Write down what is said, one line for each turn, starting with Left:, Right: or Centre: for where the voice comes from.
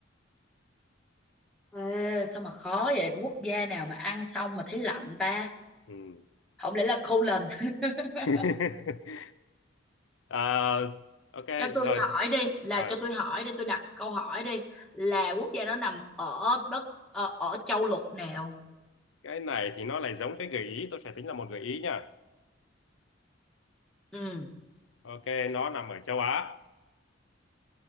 Centre: Ê, sao mà khó vậy? Quốc gia nào mà ăn xong mà thấy lạnh ta?
Left: Ừm.
Centre: Không lẽ là khô lần? <laughs>
Left: <laughs> À, ok,
Centre: Cho tôi
Left: rồi.
Centre: hỏi đi, là
Left: Ờ,
Centre: cho tôi hỏi đi, tôi đặt câu hỏi đi là quốc gia đó nằm ở đất ờ, ở châu lục nào?
Left: cái này thì nó lại giống cái gợi ý, tôi sẽ tính là một gợi ý nha.
Centre: Ừ.
Left: Ok, nó nằm ở châu Á.